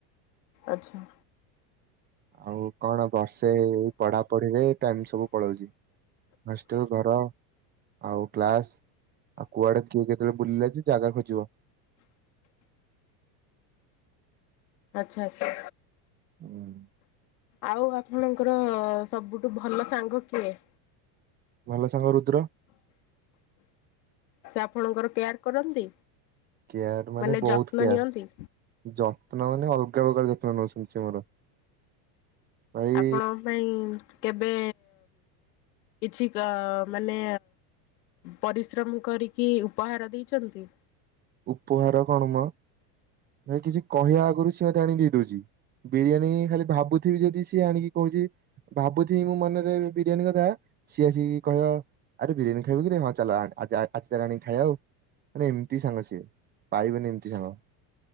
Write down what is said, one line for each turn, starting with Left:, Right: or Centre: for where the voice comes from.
Left: ଆଚ୍ଛା।
Right: ଆଉ କଣ ବର୍ଷେ ଏଇ ପଢା ପଢ଼ିରେ ଟାଇମ ସବୁ ପଳାଉଛି। ହଷ୍ଟେଲ ଘର ଆଉ କ୍ଲାସ, ଆଉ କୁଆଡେ କିଏ କେତେବେଳେ ବୁଲିଲା ଜାଗା ଖୋଜିବ।
Left: ଆଚ୍ଛା ଆଚ୍ଛା।
Right: ହୁଁ <inaudible>
Left: ଆଉ ଆପଣଙ୍କର ସବୁଠୁ ଭଲ ସାଙ୍ଗ କିଏ,
Right: ଭଲ ସାଙ୍ଗ ରୁଦ୍ର,
Left: ସେ ଆପଣଙ୍କର କେୟାର କରନ୍ତି।
Right: କେୟାର
Left: ମାନେ
Right: ବହୁତ
Left: ଯତ୍ନ
Right: କେୟାର
Left: ନିଅନ୍ତି
Right: ଯତ୍ନ ମାନେ ଅଲଗା ପ୍ରକାର ଯତ୍ନ ନେଉଛନ୍ତି ସେ ମୋର ଭାଇ
Left: ଆପଣଙ୍କ ପାଇଁ କେବେ କିଛି ଗା ମାନେ ପରିଶ୍ରମ କରିକି ଉପହାର ଦେଇଛନ୍ତି।
Right: ଉପହାର, କଣ ମ ନ କିଛି କହିବା ଆଗରୁ ସିଏ ମତେ ଆଣି ଦେଇ ଦଉଛି। ବିରିୟାନୀ ଖାଲି ଭାବୁଥିବି ଯଦି ସିଏ ଆଣିକି କହୁଛି ଭାବୁ ଥିବି ମୁଁ ମନରେ ବିରିୟାନୀ କଥା ସିଏ ଆସିକି କହିବ ଆରେ ବିରିୟାନୀ ଖାଇବୁ କିରେ ହଁ ଚାଲ ଆଜି ତାହେଲେ ଆଣିକି ଖାଇବା ଆଉ। ମାନେ ଏମିତି ସାଙ୍ଗ ସିଏ ପାଇବେନି ଏମିତି ସାଙ୍ଗ,